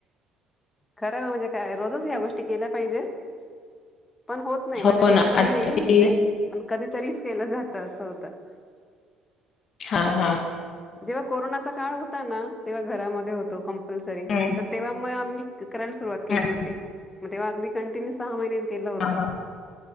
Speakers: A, on the left; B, on the left.
A: खरं म्हणजे कायं रोजचं ह्या गोष्टी केल्यां पाहिजे. - पणं होतं नाहीं माझ्यांकडून
B: हो ना आजसाठी
A: मी नेहमी म्हणते पणं कधीतरीच केलं जातं असं होतं. -
B: हां हां
A: जेंव्हा कोरोनाचा काळ होता नां तेंव्हा घरांमध्ये होतों. कंपल्सरी
B: हम्म
A: तरं तेंव्हा मंग आम्हीं. - करायला सुरुवात केली
B: हम्म.
A: होती. मग तेव्हा अगदी कंटिन्यू सहा महिन्यात गेलं. -
B: हा हा.